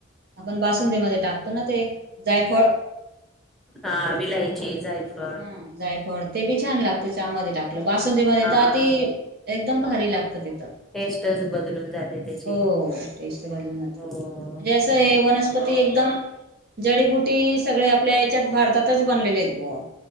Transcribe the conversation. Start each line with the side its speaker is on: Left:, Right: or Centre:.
Right: आपण बासुंदीमध्ये टाकतो ना ते, जायफळ
Centre: हा विलायची. जायफळ
Right: हं जायफळ ते बी छान लागतं चहा मध्ये टाक ल बासुंदी मध्ये
Centre: हा
Right: तर अती एकदम भारी लागत ते. त.
Centre: टेस्टच बदलून जाते त्याची
Right: हो हो टेस्ट बदलून जाते.
Centre: हो
Right: म्हणजे असं
Centre: हो
Right: हे वनस्पती एकदम. जडीबुटी सगळे आपल्या याच्यात भारतातच बनलेले आहेत बुआ.